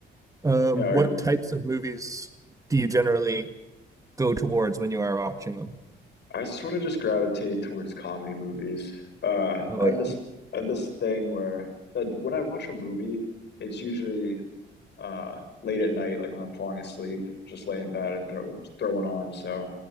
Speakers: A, on the right; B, on the left.
A: Um
B: Yeah, are
A: what
B: you-
A: types of movies do you generally go towards when you are watching them?
B: I sort of just gravitate towards comedy movies. Uh,
A: Oh
B: I have
A: yeah.
B: this I have this thing where that when I watch a movie, it's usually uh, late at night, like when I'm falling asleep, just lay in bed and throw throw one on. So I